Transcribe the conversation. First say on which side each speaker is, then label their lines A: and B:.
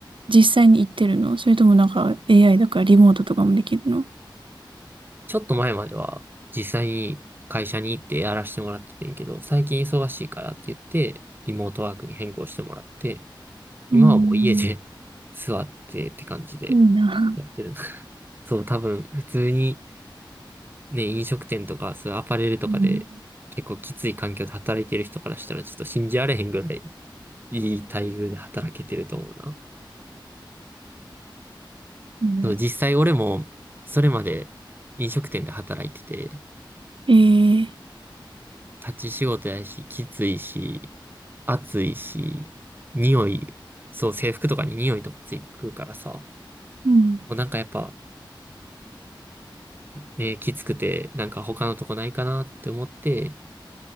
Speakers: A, on the right; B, on the right.
A: 実際に行ってるのそれともなんか AI だからリモートとかもできるのう
B: ちょっと前までは実際に会社に行ってやらせてもらっててんけど、最近忙しいからって言って、リモートワークに変更してもらって、今はもう家で
A: ーん、
B: <laughs> 座ってって感じで、
A: いいな。
B: やってるな。<laughs> そう、多分、普通に、ね、飲食店とか、そういうアパレルとかで、
A: うん。
B: 結構きつい環境で働いてる人からしたら、ちょっと信じられへんぐらい、いい待遇で働けてると思うな。
A: ね
B: そう、実際俺も、それまで飲食店で働いてて、
A: えー、
B: 立ち仕事やし、きついし、暑いし、匂い、そう、制服とかに匂いとかついくからさ、
A: うん、
B: もうなんかやっぱ、ね、きつくて、なんか他のとこないかなって思って、